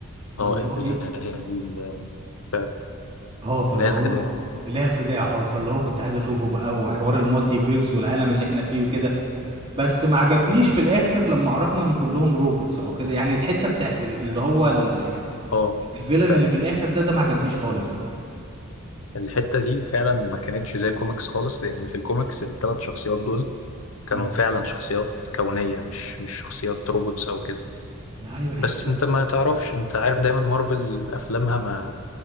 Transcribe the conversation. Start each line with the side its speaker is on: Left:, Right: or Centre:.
Right: فاللي
Left: اه ال-
Right: هو ايه
Left: ال- فعلا
Right: اه فاللي
Left: اله الخداع
Right: هو اله الخداع اه فاللي هو كنت عايز اشوفه بقى وحوار المالتي فيرس والعالم اللي احنا فيه وكده بس ما عجبنيش في الاخر لما عرفنا ان كلهم روبوتس او كده يعني الحتة بتاعت ال- اللي هو ال-
Left: اه
Right: الفيلن
Left: فعلا
Right: اللي في الاخر ده ده ما عجبنيش خالص بقى
Left: الحتة دي فعلا ما كانتش زي الكوميكس خالص لأن في الكوميكس الثلاث شخصيات دول كانوا
Right: مم.
Left: فعلا شخصيات كونية مش مش شخصيات روبوتس أو كده
Right: ايوه الحتة
Left: بس
Right: دي
Left: أنت ما تعرفش أنت عارف دايما مارفل أفلامها ما